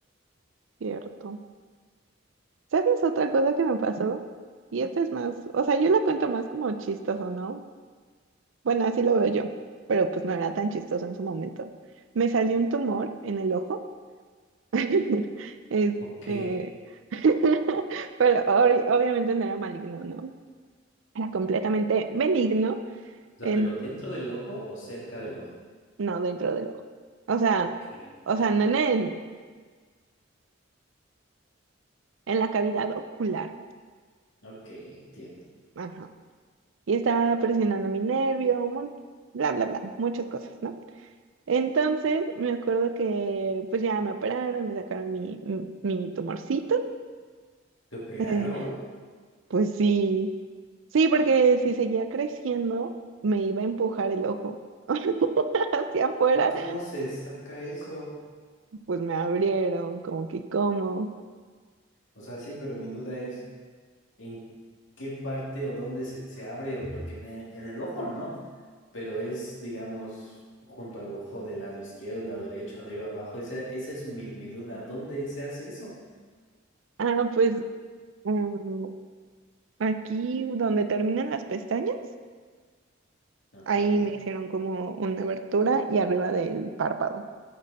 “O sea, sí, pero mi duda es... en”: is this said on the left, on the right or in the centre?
Left